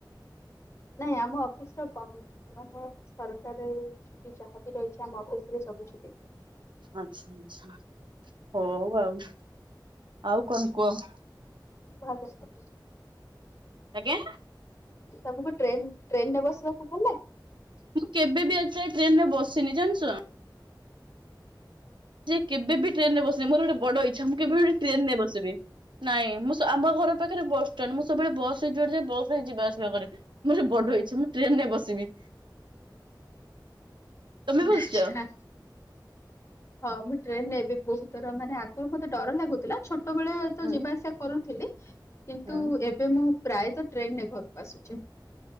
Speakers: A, on the left (about 40°); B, on the right (about 80°).
A: ନାଇଁ ଆମ ଅଫିସ୍ ର କମ ମାନେ ସରକାରି ଛୁଟି ଯାହା ରହିଛି ଆମ ଅଫିସ୍ ରେ ସବୁ ଛୁଟି।
B: ଆଚ୍ଛା ଆଚ୍ଛା ହଉ ଆଉ ଆଉ କଣ କୁହ।
A: <unintelligible>
B: ଆଜ୍ଞା।
A: ତମକୁ ଟ୍ରେନ ଟ୍ରେନରେ ବସିବାକୁ ଭଲ ଲାଗେ?
B: ମୁଁ କେବେ ବିି ଆଜି ଯାଏ ଟ୍ରେନରେ ବସିନି ଜାଣିଛ। ଯେ କେବେ ବି ଟ୍ରେନରେ ବସିବି ମୋର ଗୋଟେ ବଡ ଇଚ୍ଛା ମୁଁ କେବେ ବି ଗୋଟେ ଟ୍ରେନରେ ବସିବି। ନାଇଁ ମୁଁ ସା ଆମ ଘର ପାଖରେ ବସଷ୍ଟାଣ୍ଡ। ମୁଁ ସବୁବେଳେ ବସରେ ଯୁଆଡେ ଯାଏ ବସରେ ହିଁ ଯିବା ଆସିବା କରେ। ମୋର ବଡ ଇଚ୍ଛା ମୁଁ ଟ୍ରେନରେ ବସିବି। ତମେ ବସିଚ?
A: ଆଚ୍ଛା। ହଁ ମୁଁ ଟ୍ରେନରେ ବି ବହୁତ ଥର ମାନେ ଆଗରୁ ମତେ ଡର ଲାଗୁଥିଲା ଛୋଟବେଳେ ତ
B: ହୁଁ
A: ଯିବା ଆସିବା କରୁଥିଲି କିନ୍ତୁ
B: ହୁଁ
A: ଏବେ ମୁଁ ପ୍ରାୟତ ଟ୍ରେନରେ ଘରକୁ ଆସୁଛି।